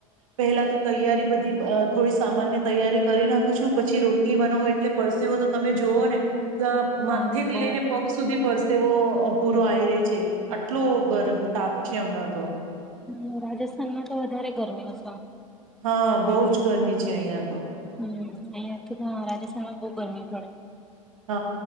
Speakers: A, on the right; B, in the centre.
A: પહેલા તો તૈયારી બધી થોડી સામાન્ય તૈયારી કરી નાખું છું પછી રોટલી બનાવો એટલે પડસે હોો તો તમે જોુઓ ને.
B: હા
A: માથેથી
B: બહુ
A: લઈને પગ સુધી પડશે. તેવો પૂરો આવી ર્યો છે. ગરમ તાપ છે હમણાં તો
B: હ રાજસ્થાનમાં તો વધારે ગરમી. <inaudible>
A: હા બહુ જ ગરમી છે અહિયાં તો.
B: હમ અહિયાં તો રાજસ્થાનમાં બહુ ગરમી પડે.
A: હ